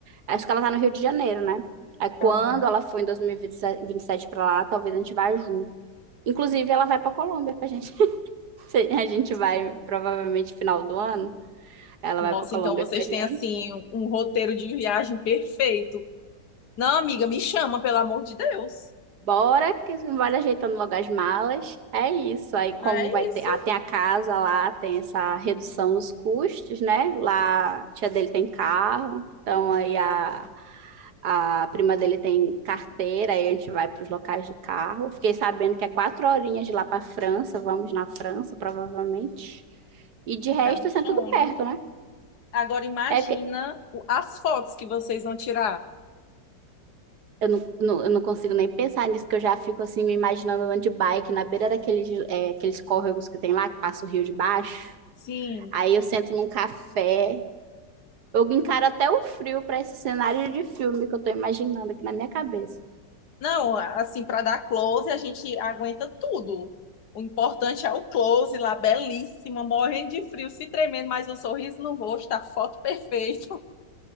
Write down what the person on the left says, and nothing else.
Aham.
Nossa,
então vocês
têm assim um roteiro de viagem perfeito. Não, amiga, me chama, pelo amor de Deus.
Ah,
É
isso.
Isso
é um sonho.
Agora imagina
o- as fotos que vocês vão tirar.
Sim,
Não, assim, para dar close, a gente aguenta tudo. O importante é o close lá, belíssima, morrendo de frio, se tremendo, mas o sorriso no rosto, a foto perfeita.